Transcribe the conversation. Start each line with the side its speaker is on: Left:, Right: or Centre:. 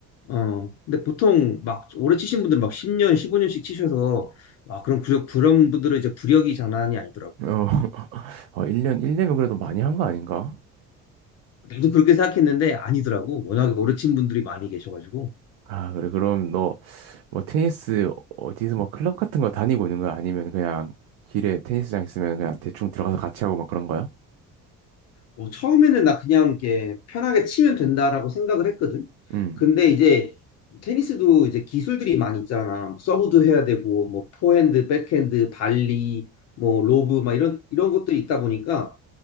Left: 어 근데 보통 막 오래 치신 분들은 막 10년 15년씩 치셔서 아 그럼 그 그런 분들은 이제 구력이 장난이 아니더라고
Right: 어, <laughs> 어, 1년, 1년이면 그래도 많이 한 거 아닌가?
Left: 나도 그렇게 생각했는데 아니더라고 워낙에 오래 친 분들이 많이 계셔가지고
Right: 아, 그래. 그럼 너 뭐 테니스 어디서 뭐 클럽 같은 거 다니고 있는 거야? 아니면 그냥 길에 테니스장 있으면 그냥 대충 들어가서 같이 하고 막 그런 거야?
Left: 어, 처음에는 나 그냥 이렇게 편하게 치면 된다라고 생각을 했거든
Right: 음,
Left: 근데 이제 테니스도 이제 기술들이 많이 있잖아 뭐 서브도 해야 되고 뭐 포핸드 백핸드 발리 뭐 로브 막 이런 이런 것들이 있다 보니까